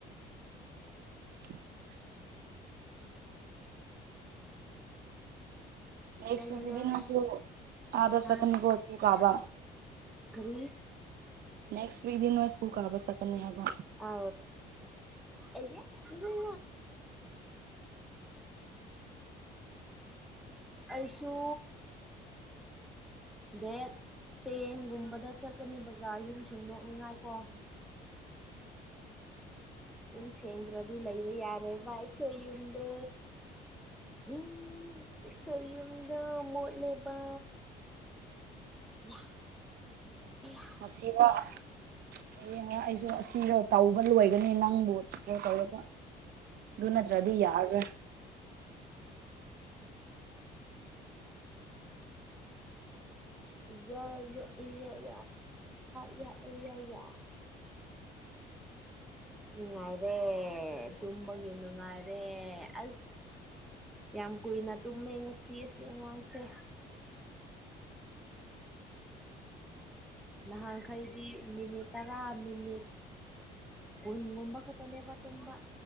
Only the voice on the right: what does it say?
<unintelligible> ꯦꯛꯁꯁꯨ
ꯑꯗ
ꯁꯦꯀ ꯀꯥꯕ
ꯅꯦꯛꯁꯤꯛ ꯗ ꯅꯋꯥ ꯄꯨꯨꯛꯕꯥꯕꯁ ꯇꯅꯤ ꯍꯥꯏꯒ
ꯃꯁꯤꯁꯤꯃ ꯍꯌꯦꯡꯉ ꯑꯩꯁꯨ ꯑꯁꯤꯗ ꯇꯧꯕ ꯂꯣꯏꯒꯅꯤ ꯅꯪꯕꯨ ꯈꯩꯅꯣ ꯇꯧꯔꯒ ꯑꯗꯨ ꯅꯠꯇ꯭ꯔꯗꯤ ꯌꯥꯔ